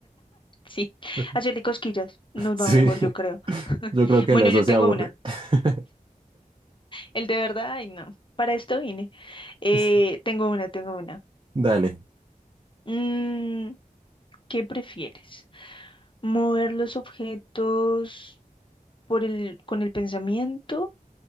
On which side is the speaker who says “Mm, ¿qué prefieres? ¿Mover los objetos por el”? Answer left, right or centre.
Left